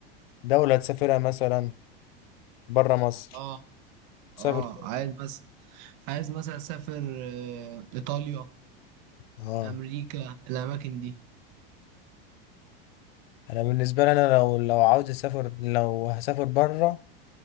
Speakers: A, on the left; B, on the right.
A: دولة تسافرها مثلا برا مصر
B: اه
A: تسافر
B: اه
A: فين؟
B: عايز بس عايز مثلا اسافر آه، ايطاليا
A: أه
B: امريكا الاماكن دي
A: أنا بالنسبة لي أنا لو لو عاوز أسافر لو هسافر برا